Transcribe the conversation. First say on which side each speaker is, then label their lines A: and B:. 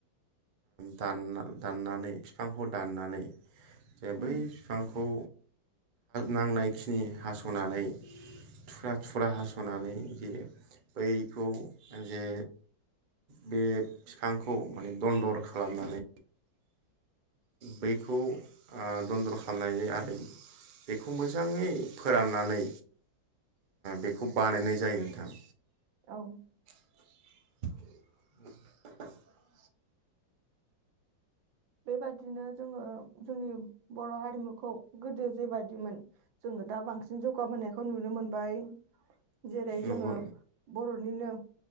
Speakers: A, on the right; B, on the right.
A: दान दाननानै फिफांखौ दाननानै जे
B: उम
A: बै बिफांखौ। नांनायखिनि हास'नानै थुख्रा थुख्रा हास'नानै जे बैखौ जे बे बिफांखौ माने दन्दर खालामनानै बैखौ ओ दन्दर खालामनानै आरो बेखौ मोजाङै फोराननानै बेखौ बानायनाय जायो नोंथां‌
B: औ
A: <inaudible>
B: बेबादिनो जोङो जोंनि बर' हारिमुखौ गोदो जेबायदिमोन जोङो दा बांसिन जौगाबोनायखौ नुनो मोनबाय। जेरै
A: नंगौ
B: जोङो बर'निनो